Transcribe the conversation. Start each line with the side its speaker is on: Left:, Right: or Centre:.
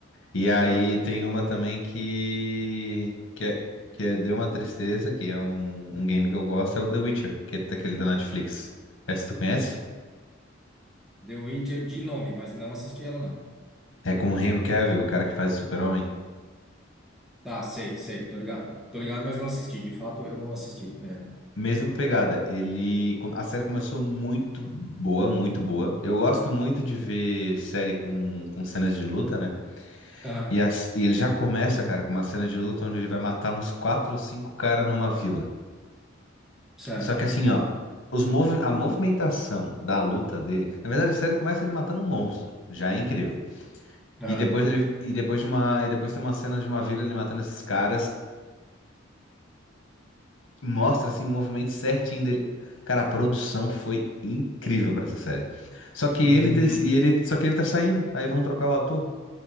Left: E aí
Centre: Aham.
Left: tem uma também que. Que é, que é- deu uma tristeza, que é um, um game que eu gosto, é o The Witcher, que é daquele da Netflix. Essa tu conhece?
Centre: The Witcher de nome, mas não assisti ela, não.
Left: É com o Henry Cavill, o cara que faz o Super-Homem.
Centre: Tá, sei, sei, tô ligado. Tô ligado, mas não assisti. De fato, eu não assisti. É.
Left: Mesma pegada, ele, com- a série começou muito boa, muito boa. Eu gosto muito de ver série com, com cenas de luta, né?
Centre: Aham,
Left: E, as- e ele já começa, cara, com uma cena de luta onde ele vai matar uns quatro ou cinco caras numa vila.
Centre: certo.
Left: Só que assim, ó, os movi- a movimentação da luta dele, na verdade a série começa ele matando um monstro, já é incrível.
Centre: Aham.
Left: E depois ele, e depois de uma, e depois tem uma cena de uma vila ele matando esses caras mostra assim o movimento certinho dele. Cara, a produção foi incrível pra essa série. Só que
Centre: Uhum,
Left: ele des-
Centre: uhum.
Left: e ele só que ele tá saindo, aí vão trocar o ator.